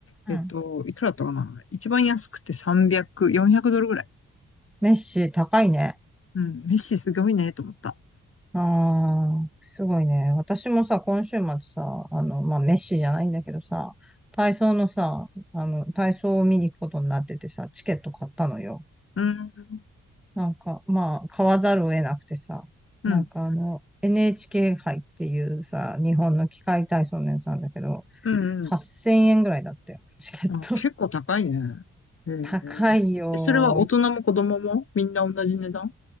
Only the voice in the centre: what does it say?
うん。
メッシ高いね。
ああ、すごいね。私もさ、今週末さ、あの、まあ、メッシじゃないんだけどさ、体操のさ、あの、体操を見に行くことになっててさ、チケット買ったのよ。
なんか、まあ、買わざるを得なくてさ、
なんかあの、NHK 杯っていうさ、日本の器械体操のやつなんだけど、
8000円ぐらいだったよ、
チケット。
<laughs>
高いよ。